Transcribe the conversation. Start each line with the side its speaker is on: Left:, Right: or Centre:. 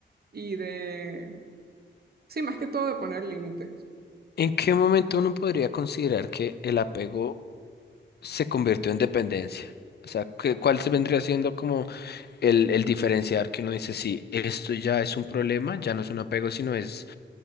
Right: y de, sí, más que todo de poner límites.
Left: ¿En qué momento uno podría considerar que el apego se convirtió en dependencia? O sea, ¿qué- ¿cuál se vendría siendo como El, el diferenciar que uno dice, sí, esto ya es un problema, ya no es un apego, sino es,